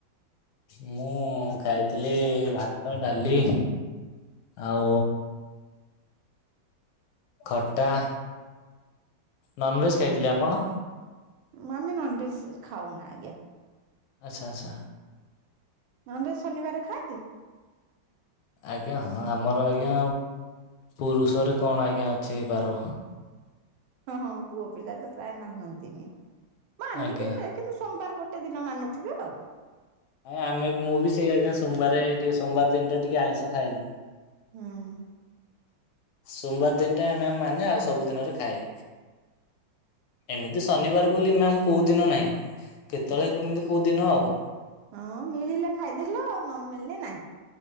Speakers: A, on the left; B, on the right.
A: ମୁଁ ଖାଇଥିଲି ଭାତ ଡାଲି ଆଉ ଖଟା ନନଭେଜ୍ ଖାଇଥିଲି ଆପଣ?
B: ମାନେ ନନଭେଜ୍ ଖାଉନା ଆଜ୍ଞା।
A: ଆଚ୍ଛା ଆଚ୍ଛା।
B: ନ଼ନଭେଜ୍ ଶନିବାରେ ଖାଆନ୍ତି?
A: ଆଜ୍ଞା ହଁ ଆମର ଆଜ୍ଞା ପୁରୁଷରେ କଣ ଆଜ୍ଞା ଅଛି ବାର।
B: ହଁ ହଁ ପୁଅ ପିଲା ତ ପ୍ରାୟ ମାନନ୍ତିନି ମାନିବେ
A: ଆଜ୍ଞା
B: ଯେ କିନ୍ତୁ ସୋମବାର ଗୋଟେ ଦିନ ମାନୁଥିବେ ଆଉ।
A: ହଁ ଆମେ ମୁଁ ବି ସେଇ ଆଜ୍ଞା ସୋମବାରେ ଟିକେ ସୋମବାର ଦିନିଟା ଟିକେ ଆଇଁସ ଖାଏନି।
B: ହଁ।
A: ସୋମବାର ଦିନଟା ମ୍ୟାମ୍ ମାନେ ଆଉ ସବୁ ଦିନରେ ଖାଏ। ଏମିତି ଶନିବାର ବୋଲି ମ୍ୟାମ୍ କୋଉ ଦିନ ନାହିଁ କେତେବେଳେ
B: ହୁଁ।
A: କେମିତି କୋଉ ଦିନ ଆଉ।
B: ହଁ ମିଳିଲେ ଖାଇଦେଲ ଆଉ ନ ମିଳିଲେ ନାହିଁ।